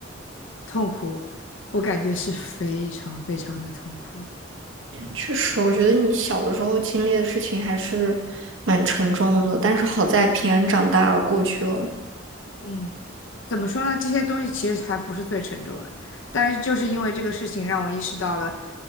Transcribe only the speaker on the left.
痛苦，我感觉是非常非常的痛苦。
嗯，怎么说呢？这些东西其实还不是最沉重的，但是就是因为这个事情让我意识到了，